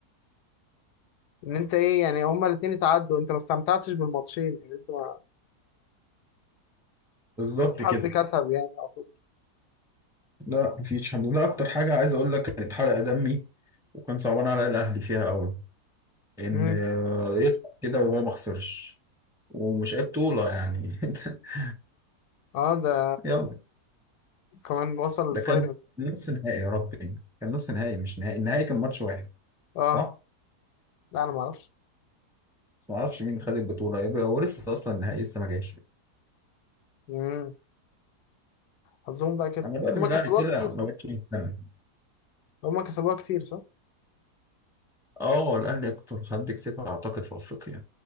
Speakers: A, on the left; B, in the centre.
A: ان انت ايه يعني هما الاتنين اتعدوا انت ما استمتعتش بالماتشين ان انت ما
B: بالظبط
A: مش حد
B: كده
A: كسب يعني على طول
B: لا مفيش حد ده اكتر حاجه عايز اقول لك كانت حرقه دمي وكان صعبان على الاهلي فيها قوي ان
A: مم.
B: آه، يطلع كده وهو ما خسرش ومش اي بطوله يعني <laughs>
A: اه ده
B: يلا
A: كمان وصل
B: ده
A: الفاينل
B: كان نص نهائي يا ربي كان نص نهائي مش نهائي النهائي كان ماتش واحد
A: اه
B: صح
A: لا انا ما اعرفش
B: بس ما اعرفش مين خد البطوله يبقى هو لسه اصلا النهائي لسه ما جاش
A: مم. حظهم بقى كده
B: انا بقى لما
A: هما كسبوها
B: الاهلي كده
A: كتير
B: ما
A: صح
B: بقتش مهتم
A: هما كسبوها كتير صح
B: اه الاهلي اكتر حد كسبها اعتقد في افريقيا